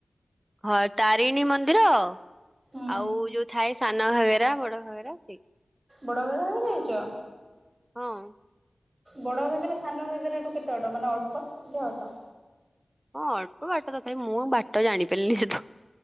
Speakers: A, on the right; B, on the right.
A: ହଁ ତାରିଣୀ ମନ୍ଦିର।
B: ହୁଁ
A: ଆଉ ଯୋଉ ଥାଏ ସାନ ଘାଗେରା ବଡ ଘାଗେରା ସେଇଠି।
B: ବଡ ଘାଗେରା ବି ଯାଇଛ?
A: ହଁ
B: ବଡ ଘାଗେରା ସାନ ଘାଗେରାଠୁ କେତେ ବାଟ ମାନେ ଅଳ୍ପ ଦେହଟ।
A: ହଁ ଅଳ୍ପ ବାଟ ତଥାପି ମୁଁ ବାଟ ଜାଣିପାରିଲିନି ସେ ତ